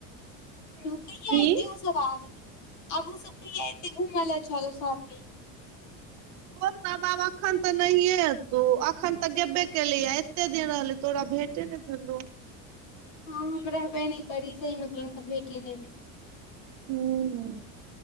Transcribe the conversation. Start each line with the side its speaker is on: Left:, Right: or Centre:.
Left: <unintelligible>
Right: की
Left: है आब ओ सब कहिय एते घूम ल चल सबमे
Right: ओ बाब एखन तऽ नहिये तौ अखन तऽ गेबे केलेह एते दिन रहले तोरा भेंटे ने भेलौ
Left: हँ हम रहबे ने परीस मेल तऽ भेटेब
Right: हूँ